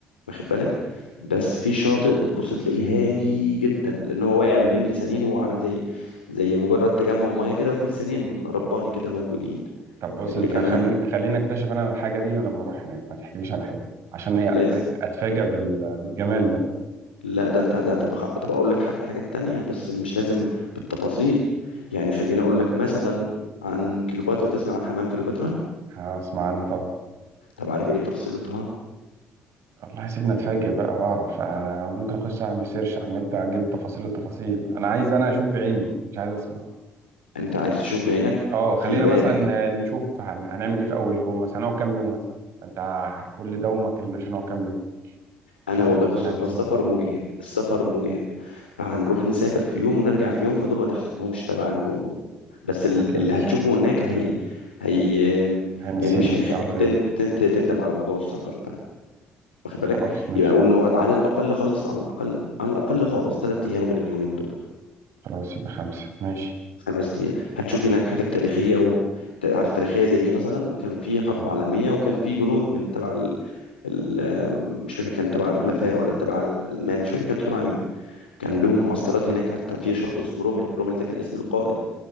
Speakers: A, on the left (about 85°); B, on the right (about 55°).
A: واخد بالك بس في شاطئ بتبص تلاقيه هادي جدا لان هو واقع ما بين لسانين هو عامل زي زي مجرد تجمع ميه كده وفي لسانين
B: مم.
A: رباني كده موجودين
B: طب بص
A: اللي
B: انت
A: كان
B: خليني
A: عن
B: خليني اكتشف انا الحاجه دي لما اروح هناك ما تحكيليش عن حاجه عشان ايه
A: لازم
B: يعني اتفاجئ بال- بالجمال ده
A: لا ده انت ده طب خ- طب اقول لك حتى حاجات تانية بس مش لازم بالتفاصيل يعني خليني اقول لك مثلا عن كليوباترا تسمع عن حمام كليوباترا
B: هسمع عنها طبعا
A: طب عارف ايه تفصيلتها
B: والله سيبنا اتفاجئ بقى واعرف أنا ممكن اخش اعمل سيرش على النت اجيب تفاصيل التفاصيل انا عايز انا اشوف بعيني مش عايز اسمع
A: انت عايز تشوف بعينك
B: اه خلينا
A: خلي بالك
B: مثلا نشوف هن... هنعمل ايه في اول يوم مثلا هنقعد كام يوم مثلا انت كل ده وما كلمناش هنقعد كام يوم
A: انا
B: شوف
A: والله
B: الميزانية
A: بص هو
B: تسمح
A: السفر
B: ولا لا
A: مجهد السفر مجهد فهنروح نسافر في يوم ونرجع في يوم فدول ما تحسبهمش تبع الموضوع بس ال-
B: اكيد
A: اللي هتشوفه هناك هي هي
B: هينسيك
A: يعني مش هيخليك
B: التعب اليوم
A: تن- تن- تندم على موضوع السفر ده واخد بالك
B: خلاص ماشي
A: يبقى اقول نقعد على الاقل خالص على الاقل على الاقل خالص ثلاث ايام غير اليومين دول
B: خلاص يبقى خمسة ماشي
A: خمس ايام هتشوف هناك حاجات تاريخيه و... ت- عارف تاريخيه زي ايه مثلا كان في حرب
B: م-
A: عالميه وكان في جنود من تبع ال... ال... مش فاكر كان تبع الحلفاء ولا تبع الالمان مش فاكر كان تبع مين كان
B: م.
A: لهم معسكرات هناك حتى في شاطئ اسمه رومل رومل ده كان اسم القائد